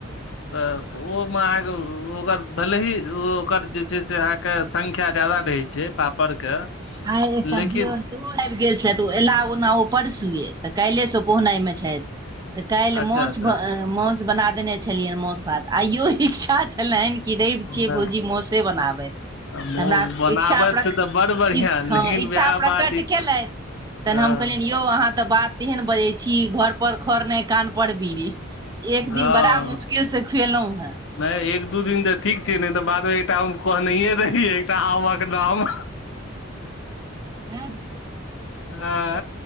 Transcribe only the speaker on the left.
तऽऽ ओहोमे अहाँके ओकर भैले ही ओकर जे छै से अहाँके संख्या जादा रहै छै पापड़ के
लेकिन
अच्छा
अच्छा
हँ
मोर
बनाबैत
छै
तऽ बड़ बढ़िआँ लेकिन
वएह
बात ई
हँ
हँ
नहि एक दू दिन तऽ ठीक छै नहि तऽ बादमे टा कहने रहि एकटा आमक नाम
हँ <unintelligible>